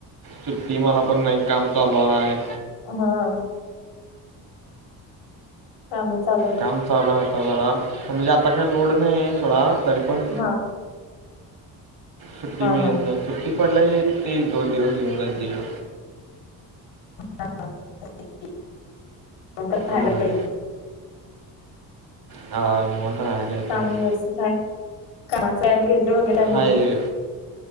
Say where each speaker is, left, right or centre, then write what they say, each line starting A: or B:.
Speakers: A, on the right; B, on the left.
A: सुट्टी मला पण नाही काम चालू हाय.
B: हां काम चालू आहेत
A: काम चालू आहे आता जरा म्हणजे आता काही लोड नाही आहे सोडा तरी पण
B: हां
A: सुट्टी मिळत
B: हा
A: नाही सुट्टी पडल्यावर येईल एक- दोन दिवस येऊन जाईल तिकड.
B: <inaudible> राहायला
A: हम्म
B: येऊ.
A: हा निवांत. राहायला येतो
B: काम
A: की
B: व्यवस्थित आहे कामाचा ॲग्री वगैर नाही
A: हाय
B: ना.